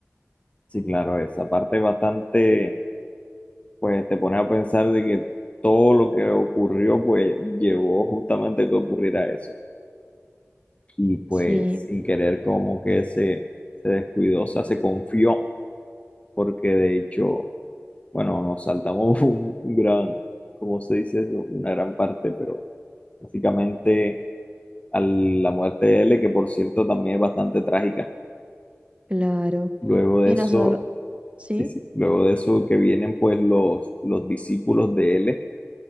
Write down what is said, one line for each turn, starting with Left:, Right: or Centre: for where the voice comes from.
Left: Sí, claro, esa parte es bastante pues te pones a pensar de que todo lo que ocurrió, pues llevó justamente a que ocurriera eso. Y pues
Right: Sí,
Left: sin querer como que se, se descuidó, o sea, se confió, porque de hecho, bueno, nos saltamos <laughs> un, un gran, ¿cómo se dice eso? Una gran parte, pero básicamente a la muerte de L, que por cierto también es bastante trágica.
Right: claro.
Left: Luego de
Right: Y
Left: eso...
Right: no solo, sí,
Left: Sí, sí. Luego de eso que vienen pues los, los discípulos de él